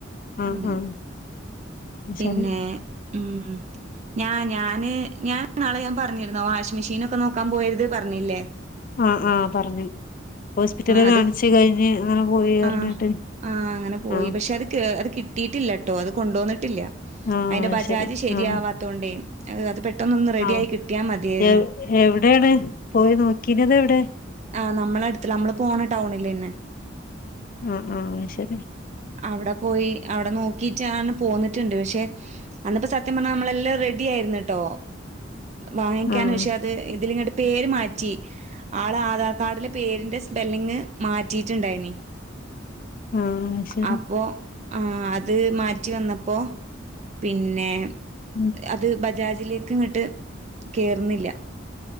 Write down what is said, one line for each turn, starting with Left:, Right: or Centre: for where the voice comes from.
Left: ആഹ്
Right: അങ്ങനെ
Left: ആഹ് അത്
Right: പിന്നെ
Left: ശരി
Right: ഉം ഞാ ഞാന് ഞാൻ നാളെ ഞാൻ പറഞ്ഞിരുന്നോ വാഷിംഗ് മെഷീൻ ഒക്കെ നോക്കാൻ പോയത് പറഞ്ഞില്ലേ
Left: ആ ആഹ് പറഞ്ഞു ഹോസ്പിറ്റലിൽ
Right: അത്
Left: കാണിച്ചു കഴിഞ്ഞ് അങ്ങനെ പോയി പറഞ്ഞിട്ട്
Right: ആ ആഹ് അങ്ങനെ പോയി
Left: ആഹ്
Right: പക്ഷെ അത് അത് കിട്ടിയിട്ടില്ലട്ടോ അത് കൊണ്ടുവന്നിട്ടില്ല
Left: ആഹ്
Right: അതിന്റെ
Left: അത്
Right: ബജാജ്
Left: ശരി
Right: ശരിയാവാതോണ്ടേ
Left: ആഹ്
Right: അത് <unintelligible> പെട്ടന്നൊന്ന് റെഡി
Left: ആഹ്
Right: ആയി കിട്ടിയാൽ മതിയായിരുന്നു
Left: എവ് എവിടെയാണ് പോയി നോക്കീനത എവിടെ
Right: ആഹ് നമ്മള അടുത്ത നമ്മള് പോണ ടൗണില്ന്നെ
Left: ആഹ് ആഹ് ശരി
Right: അവിടെ പോയി അവിടെ നോക്കിട്ടാണ് പോന്നിട്ടുണ്ട് പക്ഷെ അന്നപ്പോ സത്യം പറഞ്ഞാനമ്മളെല്ലാം റെഡി ആയിരുന്നിട്ടോ വാങ്ങിക്കാൻ
Left: ആഹ്
Right: പക്ഷെ അത് ഇതിലഇങ്ങോട്ട് പേര് മാറ്റി ആള് ആധാർ കാഡിലെ പേരിന്റെ സ്പെല്ലിങ് മാറ്റിയിട്ടുണ്ടായിന്
Left: ആഹ് ശരി
Right: അപ്പോആ അത് മാറ്റി വന്നപ്പോ പിന്നെ
Left: ഉം
Right: അത് ബജാജിലേക്ക് ഇങ്ങട്ട് കേയറ്ന്നില്ല